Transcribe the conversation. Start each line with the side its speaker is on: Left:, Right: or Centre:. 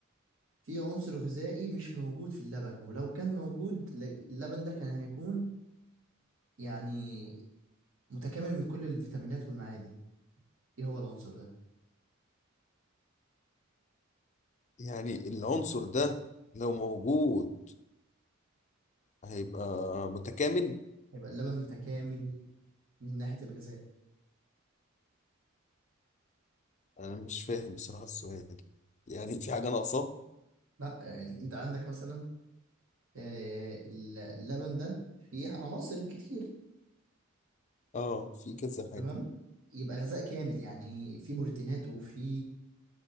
Right: في عنصر غذائي مش موجود في اللبن ولو كان موجود ل- اللبن ده كان هيكون يعني متكامل من كل الفيتامينات والمعادن ايه هو العنصر ده؟
Left: يعني العنصر ده لو موجود هيبقى متكامل
Right: هيبقى اللبن متكامل من ناحية الغذاء
Left: انا مش فاهم بصراحة السؤال يعني في حاجة ناقصة
Right: لا يعني انت عندك مثلا آه، اللبن ده فيه عناصر كتير
Left: اه في كذا حاجة
Right: تمام يبقى غذاء كامل يعني في بروتينات وفي